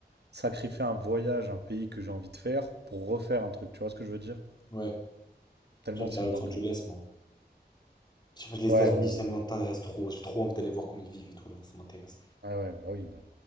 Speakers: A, on the right; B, on the left.
A: sacrifier un voyage, un pays que j'ai envie de faire pour refaire un truc. Tu vois ce que je veux dire?
B: Ouais,
A: Tellement
B: j'aime
A: c'est
B: aller à
A: une
B: Los
A: dinguerie.
B: Angeles, moi. Je sais pas, Les
A: Ouais,
B: États-Unis,
A: ouais, ouais.
B: ça m'intéresse trop. J'ai trop envie d'aller voir comment ils vivent et tout, là. Ça m'intéresse.
A: Ah ouais, bah oui, bah.